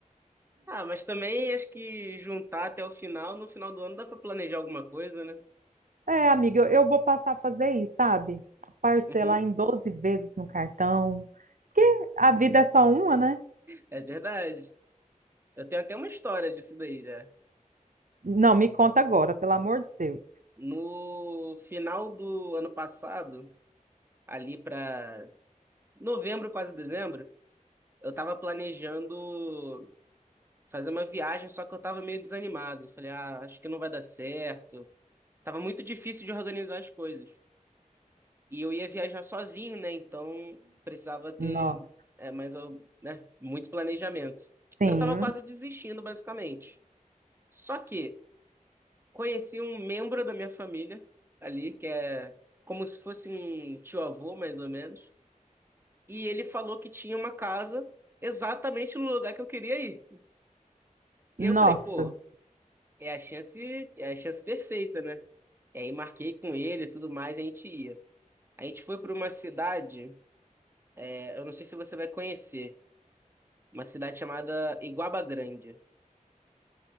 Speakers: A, on the right; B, on the right.
A: Ah, mas também acho que juntar até o final, no final do ano dá pra planejar alguma coisa, né?
B: É, amiga, eu eu vou passar a fazer isso, sabe? Parcelar
A: Uhum,
B: em 12 vezes no cartão. Porque a vida é só uma, né?
A: é verdade. Eu tenho até uma história disso daí já.
B: Não, me conta agora, pelo amor de Deus.
A: No final do ano passado, ali pra novembro, quase dezembro, eu tava planejando fazer uma viagem, só que eu tava meio desanimado. Falei, ah, acho que não vai dar certo. Tava muito difícil de organizar as coisas. E eu ia viajar sozinho, né? Então precisava ter
B: Nossa,
A: é, mais, ou- né? muito planejamento.
B: sim.
A: E eu tava quase desistindo, basicamente. Só que conheci um membro da minha família ali, que é como se fosse um tio-avô, mais ou menos. E ele falou que tinha uma casa exatamente no lugar que eu queria ir. E
B: Nossa.
A: eu falei, pô, é a chance, é a chance perfeita, né? E aí marquei com ele e tudo mais, e a gente ia. A gente foi para uma cidade, é, eu não sei se você vai conhecer. uma cidade chamada Iguaba Grande.